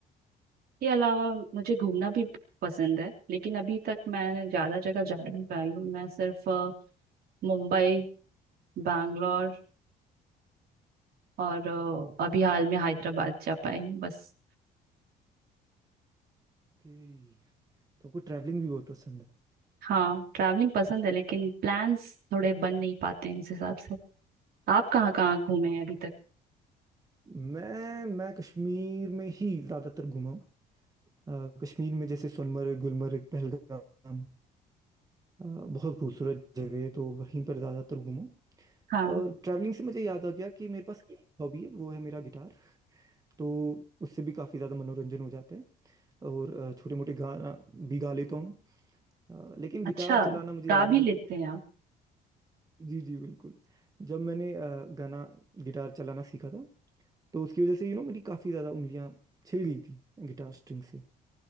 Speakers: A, on the right; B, on the right.
A: के अलावा मुझे घूमना भी पसंद है लेकिन अभी तक मैं ज्यादा जगह जा नहीं पाई हूँ मैं सिर्फ अ, मुंबई बैंगलोर और अ, अभी हाल में हैदराबाद जा पाई हूँ बस
B: ओके तो आपको ट्रैवलिंग भी बहुत पसंद है
A: हाँ ट्रैवलिंग पसंद है लेकिन प्लान्स थोड़े बन नहीं पाते हैं उस हिसाब से आप कहाँ कहाँ घूमे हैं अभी तक
B: मैं मैं कश्मीर में ही ज़्यादातर घूमा हूँ। अ, कश्मीर में जैसे सोनमर्ग गुलमर्ग पहलगाम अ, बहुत खूबसूरत जगह है तो वहीं पर ज़्यादातर घूमा हूँ।
A: हाँ
B: और ट्रैवलिंग से मुझे याद आ गया कि मेरे पास एक हॉबी है वो है मेरा गिटार तो उससे भी काफ़ी ज़्यादा मनोरंजन हो जाता है और छोटे मोटे गाना भी गा लेता हूँ मैं अ, लेकिन गिटार
A: अच्छा
B: चलाना मुझे
A: गा
B: याद है
A: भी
B: जब
A: लेते हैं आप
B: जी जी बिल्कुल जब मैंने अ, गाना गिटार चलाना सीखा था तो उसकी वजह से यू नो मेरी काफ़ी ज़्यादा उंगलियां छिल गई थी गिटार स्ट्रिंग से